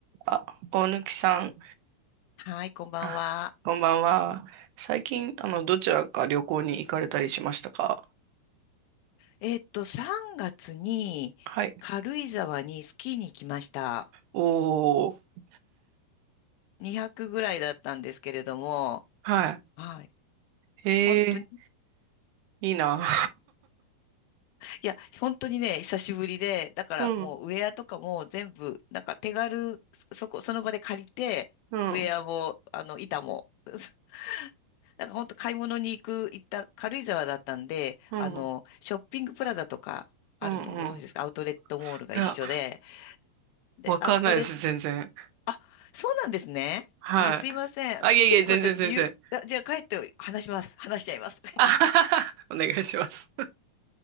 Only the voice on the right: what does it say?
あ、大貫さん、
あ、こんばんは。最近、あの、どちらか旅行に行かれたりしましたか
はい。おおー、
は
い。
ええいいな。
<laughs> うん、
うん、
うん、
うん、うん。いや、
わかんないです、
全然。
はい。
あ、いえいえ、
全然、全然。
あはははお願いします。